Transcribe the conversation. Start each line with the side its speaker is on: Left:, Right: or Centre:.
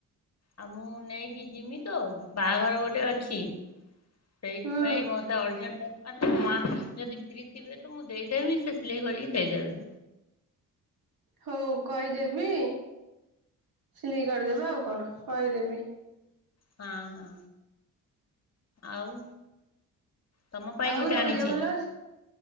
Left: ଆଉ ମୁଁ ନେଇକି ଯିମି ତ ବାହାଘର ଗୋଟେ ଅଛି। ସେଇଥିପାଇଁ
Right: ହୁଁ
Left: ମତେ ଅର୍ଜୁଣ୍ଟର ଆ ଯଦି ଫ୍ରି ଥିବେ ତ ମୁଁ ଦେଇଦେବି ସେ ସିଲେଇ କରିକି ଦେଇଦେବେ
Right: ହଉ କହିଦେବି ସିଲେଇ କରିଦବେ ଆଉ କଣ କହିଦେବି?
Left: ହଁ ହଁ ଆଉ। ତମ ପାଇଁ
Right: ଆଉ
Left: ଗୋଟେ
Right: ତମ
Left: ଆଣିଛି
Right: ଦେହ ଭଲ ଅଛି।